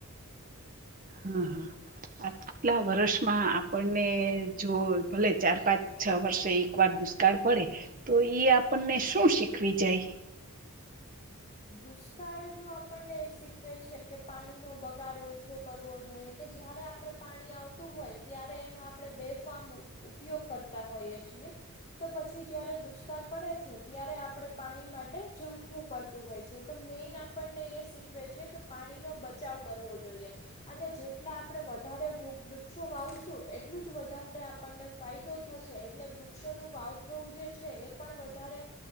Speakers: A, on the right; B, on the left.
A: હા.
B: <inaudible>
A: કેટલા વર્ષમાં આપણને જો ભલે ચાર પાંચ છ વર્ષે એક વાર દુષ્કાળ પડે તો ઈ આપણને શું શીખવી જાય?
B: દુષ્કાળ જો આપણને એ શીખવે છે કે, પાણીનો બગાડ ઓછો કરવો જોઈએ. કે જ્યારે આપણે પાણી આવતું હોય ત્યારે એનો આપણે બેફામ ઉપયોગ કરતા હોઈએ છીએ. તો પછી જ્યારે દુષ્કાળ પડે છે. ત્યારે આપણે પાણી માટે ઝૂંકવું પડ હોય છે તો મેઈન આપણને એ શીખવે છે કે પાણીનો બચાવ કરવો જોઈએ. અને જેટલા આપણે વધારે વૃક્ષો વાવશું એટલું જ વધારે આપણને ફાયદો થશે એટલે વૃક્ષોનું વાવવું જે છે એ પણ વધારે